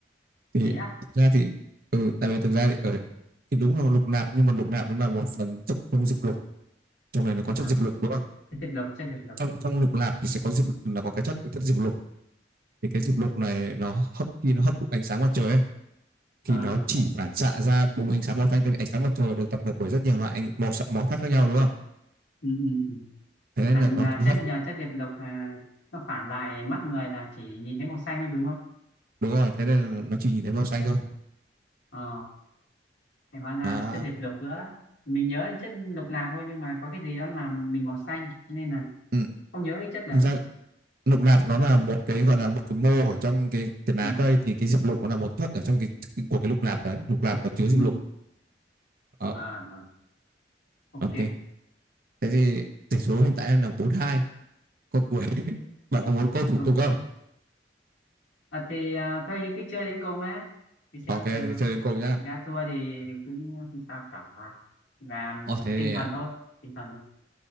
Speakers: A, on the right; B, on the left.
A: Thì
B: thế á
A: thực ra thì ừ, tại vì thực ra thì ở thì đúng là lục nạp nhưng mà lục nạp nó là một phần chất trong diệp lục. Trong này nó có chất
B: à,
A: diệp lục đúng không?
B: cái tiệp lộc trên tiệp lộc
A: Trong
B: Ừ.
A: trong lục nạp thì sẽ có diệp là có cái chất chất diệp lục. Thì cái diệp lục này nó hấp khi nó hấp thụ ánh sáng mặt trời ấy thì
B: Ờ,
A: nó chỉ phản xạ ra đúng ánh sáng màu xanh tại vì ánh sáng mặt trời được tập hợp bởi rất nhiều loại ánh màu xạ- màu sắc khác nhau đúng không?
B: ừ, ừ, ừ.
A: Thế nên
B: à,
A: là nó,
B: là
A: nó
B: chất
A: hấp
B: nhờ
A: thụ-
B: chất diệp lục là nó phản lại mắt người là chỉ nhìn thấy màu xanh thôi đúng không
A: đúng rồi, thế nên là nó chỉ nhìn thấy màu xanh thôi.
B: ờ thì hóa ra
A: À,
B: là chất diệp lục nữa mình nhớ chất lục lạp thôi nhưng mà có cái gì đó làm mình màu xanh nên là
A: ừ.
B: không nhớ cái chất đấy
A: Thực ra lục nạp nó là một cái gọi là một cái mô ở trong cái cái lá
B: ừ.
A: cây thì cái diệp lục nó là một thất ở trong cái của cái lục nạp đấy lục nạp nó chứa diệp
B: Ừ.
A: lục đó
B: À, rồi. ok
A: ok thế thì tỷ số hiện tại là bốn hai câu cuối <laughs> bạn có muốn câu thủ
B: câu
A: tục không
B: cuối à, thì à, thôi cứ chơi đến cùng á thì xem
A: ok thì
B: nào
A: chơi đến cùng nhá
B: ra thua thì cũng không sao cả và
A: ờ thế
B: tinh thần thôi tinh thần